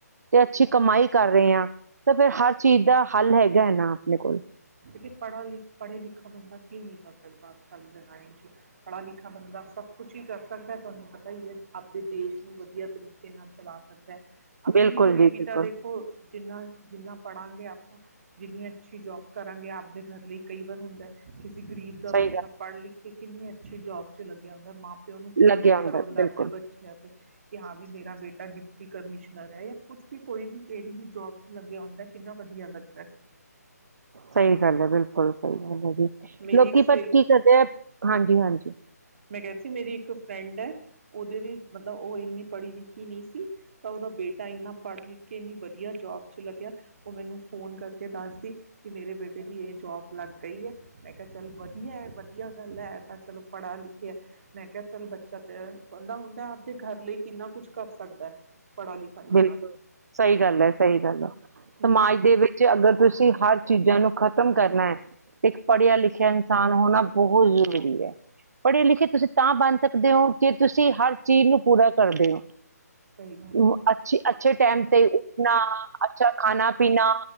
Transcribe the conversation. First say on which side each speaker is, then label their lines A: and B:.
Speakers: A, on the right (about 70°); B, on the right (about 45°).
A: ਤੇ ਅੱਛੀ ਕਮਾਈ ਕਰ ਰਹੇ ਹਾਂ ਤਾਂ ਫੇਰ ਹਰ ਚੀਜ਼ ਦਾ ਹੱਲ ਹੈਗਾ ਹੈ ਨਾ ਆਪਣੇ ਕੋਲ
B: ਕਿ ਪੜ੍ਹਾ ਲਿਖ ਪੜ੍ਹਾ ਲਿਖਾ ਬੰਦਾ ਕੀ ਨਹੀਂ ਕਰ ਸਕਦਾ ਅੱਜ ਕੱਲ੍ਹ ਪੜ੍ਹਾ ਲਿਖਾ ਬੰਦਾ ਸਭ ਕੁਛ ਹੀ ਕਰ ਸਕਦੈ ਤੁਹਾਨੂੰ ਪਤਾ ਹੀ ਹੈ ਆਪਦੇ ਦੇਸ਼ ਨੂੰ ਵਧੀਆ ਤਰੀਕੇ ਨਾਲ ਚਲਾ ਸਕਦਾ। ਅਮੀਰੀ
A: ਬਿਲਕੁਲ
B: ਗ਼ਰੀਬੀ
A: ਜੀ ਬਿਲਕੁਲ
B: ਤਾਂ ਦੇਖੋ ਜਿੰਨਾ ਜਿੰਨਾ ਪੜਾਂਗੇ ਆਪਾਂ ਜਿੰਨੀ ਅੱਛੀ ਜੌਬ ਕਰਾਂਗੇ ਆਪਦੇ ਘਰ ਲਈ ਕਈ ਵਾਰ ਹੁੰਦਾ ਕਿਸੇ ਗਰੀਬ ਦਾ
A: ਸਹੀ
B: ਬੱਚਾ
A: ਗੱਲ
B: ਪੜ੍ਹ ਲਿਖ ਕਿ ਕਿੰਨੀ ਅੱਛੀ ਜੌਬ ਚ ਲੱਗਿਆ ਹੁੰਦਾ ਮਾਂ ਪਿਓ ਨੂੰ ਕਿੰਨਾ
A: ਲੱਗਿਆ
B: ਫ਼ਿਕਰ ਹੁੰਦਾ
A: ਬਿਲਕੁਲ
B: ਆਪਦੇ ਬੱਚਿਆਂ ਤੇ ਕਿ ਹਾਂ ਵੀ ਮੇਰਾ ਬੇਟਾ ਡਿ ਕੀ ਕਮਿਸ਼ਨਰ ਹੈ ਜਾਂ ਕੁਛ ਵੀ ਕੋਈ ਵੀ ਕਿਹੜੀ ਵੀ ਜੌਬ ਚ ਲੱਗਿਆ ਹੁੰਦਾ ਕਿੰਨਾ ਵਧੀਆ ਲੱਗਦੈ।
A: ਸਹੀ ਗੱਲ, ਬਿਲਕੁਲ ਸਹੀ ਗੱਲ ਹੈ ਜੀ।
B: ਮੇਰੀ
A: ਲੋਕੀ
B: ਇੱਕ ਸਹੇਲੀ
A: ਪਤ ਕੀ ਕਰਦੇ ਐ ਹਾਂਜੀ- ਹਾਂਜੀ,
B: ਮੈਂ ਕਹਿ ਰਹੀ ਸੀ ਮੇਰੀ ਇੱਕ ਫਰੈਂਡ ਹੈ, ਉਹਦੇ ਵੀ ਮਤਲਬ ਉਹ ਇੰਨੀ ਪੜ੍ਹੀ ਲਿਖੀ ਨਹੀਂ ਸੀ ਤਾਂ ਉਹਦਾ ਬੇਟਾ ਇੰਨਾ ਪੜ੍ਹ ਲਿਖ ਕੇ ਇੰਨੀ ਵਧੀਆ ਜੌਬ ਚ ਲੱਗਿਆ ਉਹ ਮੈਨੂੰ ਫੋਨ ਕਰਕੇ ਦੱਸਦੀ ਕਿ ਮੇਰੇ ਬੇਟੇ ਦੀ ਇਹ ਜੌਬ ਲੱਗ ਗਈ ਹੈ, ਮੈਂ ਕਿਹਾ ਚੱਲ ਵਧੀਆ ਹੈ ਵਧੀਆ ਗੱਲ ਹੈ ਤਾਂ ਚਲੋ ਪੜ੍ਹਾ ਲਿਖ ਮੈਂ ਕਿਹਾ ਚੱਲ ਬੱਚਾ ਤੇ ਬੰਦਾ ਹੁੰਦਾ ਆਪਦੇ ਘਰ ਲਈ ਕਿੰਨਾ ਕੁਛ ਕਰ ਸਕਦਾ ਹੈ, ਪੜ੍ਹਾ ਲਿਖਾ ਇਨਸਾਨ
A: ਬਿਲਕੁਲ ਸਹੀ ਗੱਲ ਹੈ ਸਹੀ ਗੱਲ ਹੈ,
B: ਹਮ
A: ਸਮਾਜ ਦੇ ਵਿੱਚ ਅਗਰ ਤੁਸੀਂ ਹਰ ਚੀਜ਼ਾਂ ਨੂੰ ਖਤਮ ਕਰਨਾ ਹੈ। ਤੇ ਇੱਕ ਪੜ੍ਹਿਆ ਲਿਖਿਆ ਇਨਸਾਨ ਹੋਣਾ ਬਹੁਤ ਜ਼ਰੂਰੀ ਹੈ, ਪੜ੍ਹੇ ਲਿਖੇ ਤੁਸੀਂ ਤਾਂ ਬਣ ਸਕਦੇ ਹੋ ਜੇ ਤੁਸੀਂ ਹਰ ਚੀਜ਼ ਨੂੰ ਪੂਰਾ ਕਰਦੇ ਹੋ।
B: ਸਹੀ ਗੱਲ
A: ਉ
B: ਹੈ।
A: ਅੱਛ-ਅੱਛੇ ਟਾਈਮ ਤੇ ਉੱਠਣਾ, ਅੱਛਾ ਖਾਣਾ- ਪੀਣਾ